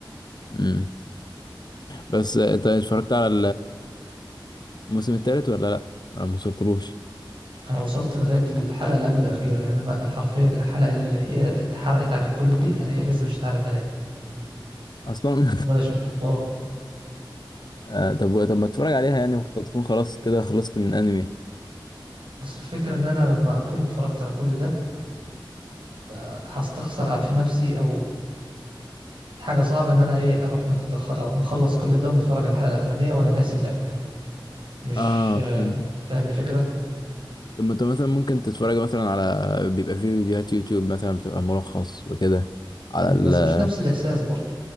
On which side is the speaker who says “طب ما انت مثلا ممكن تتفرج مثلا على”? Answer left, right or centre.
Left